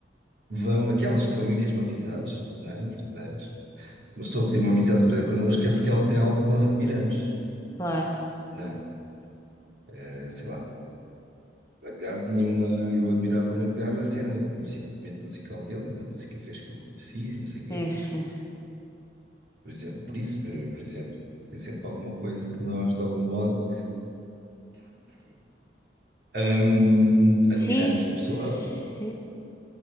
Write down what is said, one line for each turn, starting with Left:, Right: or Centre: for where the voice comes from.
Right: vão, aquelas que são mesmo amizades, não é? Verdadeiras. Uma pessoa que tem uma amizade verdadeira connosco é porque ela tem algo que nós admiramos,
Left: Claro.
Right: não é? Eh, Sei lá. O Edgar tinha uma. Eu admirava no Edgar a cena do conhecimento musical dele, da música fez que eu conhecia, não sei o quê.
Left: Sim, sim.
Right: Por exemplo, por isso, por por exemplo, tem sempre alguma coisa que nós, de algum modo, hum,
Left: Sim.
Right: admiramos na
Left: Sim,
Right: pessoa, ou,